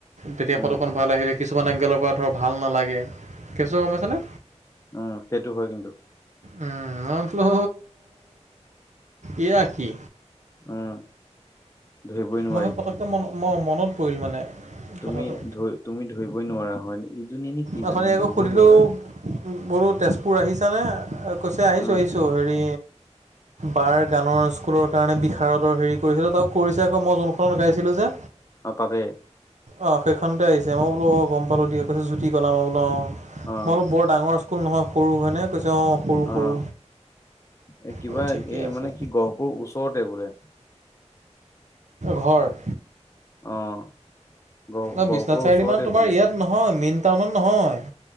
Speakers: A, on the right (about 80°); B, on the left (about 25°).
A: তেতিয়া ফটোখন
B: উম
A: ভাল আহিলে, কিছুমান এংগেলৰ পৰা ধৰক ভাল নালাগে, কেচটো গ'ম পাইছানে?
B: উম, সেইটো হয় কিন্তু।
A: উম, মইবোলো এয়া কি।
B: উম, ধৰিবই নোৱাৰি।
A: মই সেই পটককৈ মন মই মনত পৰিল মানে।
B: তুমি
A: কথাটো
B: তুমি ধৰিবই নোৱাৰা হয় ন ইজনী নে সিজনী
A: অথনি আকৌ
B: ধৰিবই
A: সুধিলোঁ
B: নোৱাৰা।
A: বোলো তেজপুৰ আহিছানে কৈছে আহিছোঁ
B: উম
A: আহিছোঁ হেৰি। বাৰ গানৰ স্কুলৰ কাৰণে বিষাৰদৰ হেৰি কৰিছিলোঁ তাক কৰিছে আকৌ মই যোনখনত গাইছিলোঁ যে।
B: অ' তাতে।
A: অ' সেইখনতে আহিছে মই বোলো অ' গ'ম পালো দিয়ক। কৈছো জ্যোতি কলা মই বোলো
B: অ
A: মই বোলো বৰ ডাঙৰ স্কুল নহয় সৰু হয়নে কৈছে অ'। সৰু সৰু
B: অহ' এ কিবা
A: অ ঠিকে
B: এই
A: আছে
B: মানে কি গহপুৰৰ ওচৰতে বোলে।
A: ঘৰৰ।
B: অ' গহ
A: অ'
B: গহপুৰৰ
A: বিশ্বনাথ চাৰিআলি
B: ওচৰতে
A: মান তোমাৰ
B: বোলে
A: ইয়াত নহয় মেইন টাউনত নহয়।